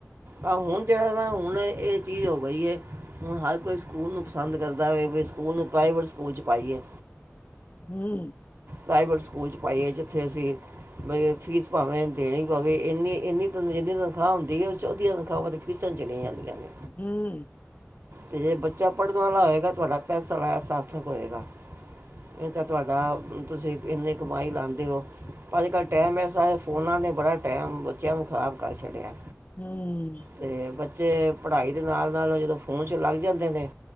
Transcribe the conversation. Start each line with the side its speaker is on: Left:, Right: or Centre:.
Right: ਆਹ ਹੁਣ ਜਿਹੜਾ ਨਾ, ਹੁਣ ਇਹ ਚੀਜ਼ ਹੋ ਗਈ ਹੈ। ਹੁਣ ਹਰ ਕੋਈ ਸਕੂਲ ਨੂੰ ਪਸੰਦ ਕਰਦਾ ਵੇ, ਵੀ ਸਕੂਲ ਨੂੰ ਪ੍ਰਾਈਵੇਟ ਸਕੂਲ 'ਚ ਪਾਈਏ।
Left: ਹਮ।
Right: ਪ੍ਰਾਈਵੇਟ ਸਕੂਲ 'ਚ ਪਾਈਏ, ਜਿੱਥੇ ਅਸੀਂ ਬਈ ਫੀਸ ਭਾਵੇਂ ਦੇਣੀ ਪਵੇ। ਇੰਨੀ-ਇੰਨੀ ਜਿੰਨੀ ਤਨਖਾਹ ਹੁੰਦੀ ਹੈ, ਉਹ 'ਚੋ ਅਦੀਆ ਤਨਖਾਹਾ ਤੇ ਫੀਸਾ ਚਲੀ ਜਾਂਦੀਆਂ ਨੇ।
Left: ਹਮ।
Right: ਤੇ ਜੇ ਬੱਚਾ ਪੜ੍ਹਨ ਵਾਲਾ ਹੋਏਗਾ, ਤੁਹਾਡਾ ਪੈਸਾ ਲਾ ਸਾਰਥਕ ਹੋਏਗਾ। ਇਹ ਤਾਂ ਤੁਹਾਡਾ, ਤੁਸੀਂ ਇੰਨੀ ਕਮਾਈ ਲਾਉਂਦੇ ਹੋ। ਪਰ ਅੱਜ ਕੱਲ੍ਹ ਟਾਈਮ ਐਸਾ, ਫ਼ੋਨਾਂ ਨੇ ਬੜਾ ਟਾਈਮ, ਬੱਚਿਆਂ ਨੂੰ ਖ਼ਰਾਬ ਕਰ ਛੱਡਿਆ।
Left: ਹਮ।
Right: ਤੇ ਬੱਚੇ ਪੜ੍ਹਾਈ ਦੇ ਨਾਲ ਨਾਲ, ਜਦੋਂ ਫੋਨ 'ਚ ਲੱਗ ਜਾਂਦੇ ਨੇ